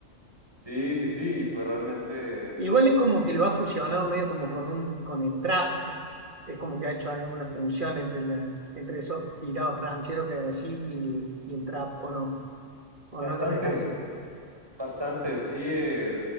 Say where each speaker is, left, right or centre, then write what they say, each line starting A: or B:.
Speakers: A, on the right; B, on the right.
A: Sí, sí, sí, pues realmente
B: Igual es como que lo ha fusionado medio como con un, con el trap, ¿no? Es como que ha hecho alguna función entre la, entre esos tirados rancheros que hay así y, y el trap, o no, o
A: bastante,
B: no lo ves así.
A: bastante. Sí, eh,